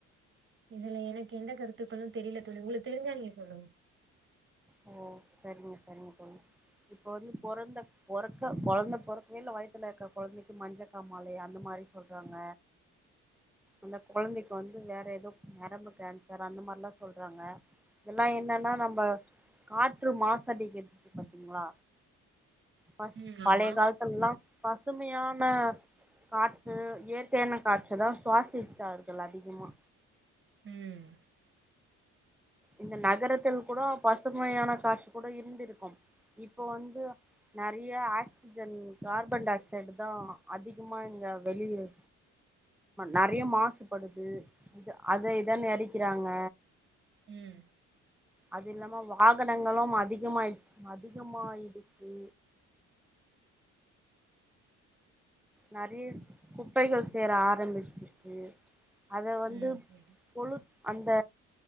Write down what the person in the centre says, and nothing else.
ஓ சரிங்க சரிங்க தோழி இப்ப வந்து பொறந்த பொறக்க கொழந்த பொறக்கைல வயத்துல இருக்க கொழந்தைக்கு மஞ்சக் காமாலைய அந்த மாரி சொல்றாங்க அந்த கொழந்தைக்கு வந்து வேற ஏதோ நரம்பு கேன்சர் அந்த மாரில்லாம் சொல்றாங்க இதெல்லாம் என்னன்னா நம்ம காற்று மாசு அடிக்குது பாத்தீங்களா ப
பழைய
காலத்துல எலாம் பசுமையான ன்ன காற்று இயற்கையான காற்று தான் சுவாசிச்சார்கள் அதிகமா
இந்த நகரத்தில் கூட பசுமையான காசு கூட இருந்திருக்கும் இப்ப வந்து நிறைய ஆக்சிஜன் கார்பன் டை ஆக்சைடு தான் அதிகமா இங்க வெளியிது நறைய மாசுபடுது இ அத இதன் அழிக்கிறாங்க
அது இல்லாம வாகனங்களும் அதிகமாயி அதிகமாயிடுச்சு நெறய குப்பைகள் சேர ஆரம்பிச்சு <unintelligible> அத வந்து
பொழு அந்த